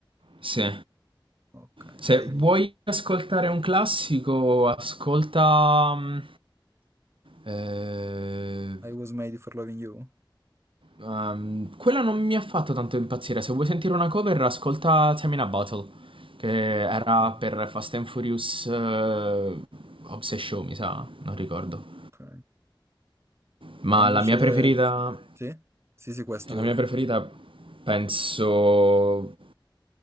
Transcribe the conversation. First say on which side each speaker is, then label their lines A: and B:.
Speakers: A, on the right (about 80°); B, on the right (about 30°).
A: Sì.
B: Ok,
A: Se
B: dai.
A: vuoi ascoltare un classico, ascolta. mm, eh,
B: I was made for loving you?
A: Ehm, quella non mi ha fatto tanto impazzire. Se vuoi sentire una cover, ascolta Tamina Battle, che era
B: Ok,
A: per Fast and Furious eh, Obsession, mi sa, non ricordo.
B: ok.
A: Ma
B: E invece...
A: la mia preferita,
B: Sì? Sì, sì, questo
A: la
B: volevo
A: mia
B: chiedere.
A: preferita penso.